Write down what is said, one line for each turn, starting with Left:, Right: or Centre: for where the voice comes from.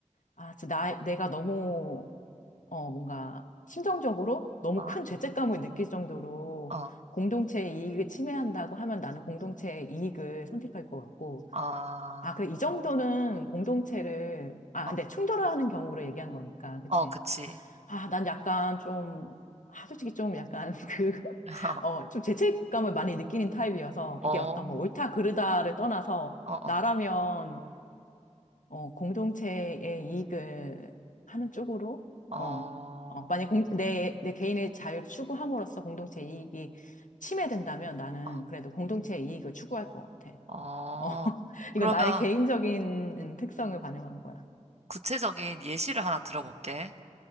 Left: 아, 진짜 나, 내가 너무 어, 뭔가 심정적으로 너무
Right: 어,
Left: 큰 죄책감을 느낄 정도로
Right: 어,
Left: 공동체의 이익을 침해한다고 하면 나는 공동체의 이익을 선택할 것 같고,
Right: 아,
Left: 아, 그래, 이 정도는 공동체를, 아,
Right: 어,
Left: 근데 충돌하는 경우를 얘기한 거니까, 그치?
Right: 어, 어, 그치.
Left: 아, 난 약간 좀, 아, 솔직히 좀 약간 <laughs> 그,
Right: <laughs>
Left: 어, 좀 죄책감을 많이 느끼는 타입이어서
Right: 어,
Left: 이게
Right: 어,
Left: 어떤 뭐 옳다 그르다를 떠나서
Right: 어,
Left: 나라면 어, 공동체의 이익을 하는 쪽으로,
Right: 어,
Left: 어, 어, 만약 공, 내, 내 개인의 자유를 추구함으로써 공동체 이익이 침해된다면 나는
Right: 어.
Left: 그래도 공동체의 이익을 추구할 것 같아.
Right: 어,
Left: 어, <laughs>
Right: 그러면
Left: 이거 나의 개인적인 특성을 반영한 거야.
Right: 구체적인 예시를 하나 들어볼게.